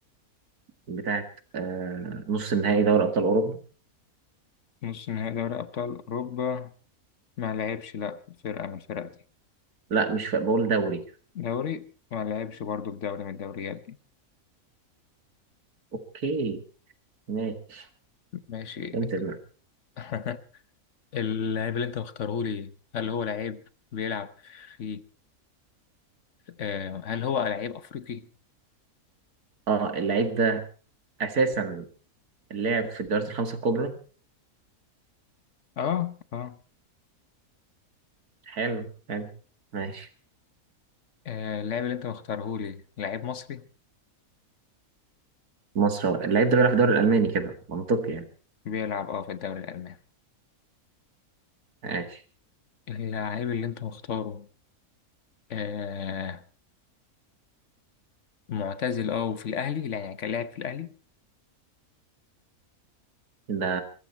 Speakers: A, on the right (about 80°); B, on the left (about 55°).
A: بتاعت آه، نص النهائي دوري أبطال أوروبا
B: نص نهائي دوري أبطال أوروبا ما لعبش لا في فرقة من الفرق دي
A: لا مش في بقول دوري
B: دوري ما لعبش برضه في دوري من الدوريات دي
A: اوكي ماشي
B: ماشي
A: فهمت دماغك.
B: <laughs> اللاعب اللي أنت مختاره لي هل هو لعيب بيلعب في آه هل هو لعيب أفريقي؟
A: اه اللعيب ده اساسا لعب في الدوريات الخمسه الكبرى
B: آه آه
A: حلو حلو ماشي
B: آه، اللاعب اللي أنت مختاره لي لعيب مصري
A: مصر هو. اللعيب ده بيلعب في الدوري الالماني كده منطقي يعني
B: بيلعب أه في الدوري الألماني
A: ماشي
B: اللاعب اللي أنت مختاره آه معتزل اه وفي الاهلي لا يعني كان لاعب في الاهلي
A: ده